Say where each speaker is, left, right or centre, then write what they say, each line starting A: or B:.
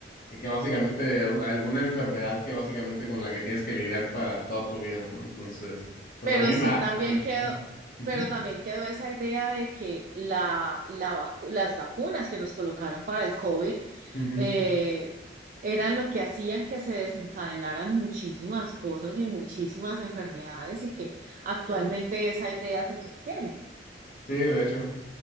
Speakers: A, on the left; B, on the right.
A: de que básicamente u- alguna enfermedad que básicamente con la que tienes que lidiar para toda tu vida, ¿no? Entonces, pues
B: Pero
A: a mí
B: sí
A: me, a
B: también
A: mí,
B: quedó,
A: ujú,
B: pero también quedó esa idea de que la, la vacu- las vacunas que nos colocaron para el COVID
A: ujú.
B: eh, eran lo que hacían que se desencadenaran muchísimas cosas y muchísimas enfermedades y que actualmente esa idea se sostiene.
A: Sí, de hecho.